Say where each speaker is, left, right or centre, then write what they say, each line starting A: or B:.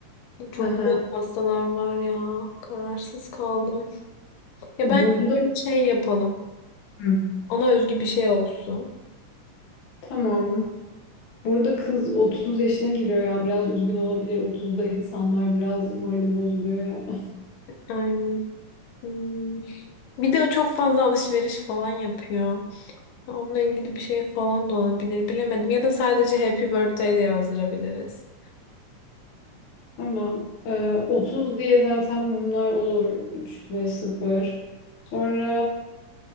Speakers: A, on the left; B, on the left.
A: Çok
B: Hı hı.
A: güzel pastalar var ya. Kararsız kaldım. Ya
B: Burcu
A: bence
B: da...
A: böyle şey yapalım.
B: Hı,
A: Ona özgü bir şey olsun.
B: Tamam. Burada kız 30 yaşına giriyor ya. Biraz üzgün olabilir. 30'da insanlar biraz morali bozuluyor ya. <laughs>
A: Aynen. Hmm. Bir de o çok fazla alışveriş falan yapıyor. Onunla ilgili bir şey falan da olabilir. Bilemedim. Ya da sadece Happy Birthday diye yazdırabiliriz.
B: Tamam. Ee, 30 diye zaten mumlar olur. 3 ve sıfır. Sonra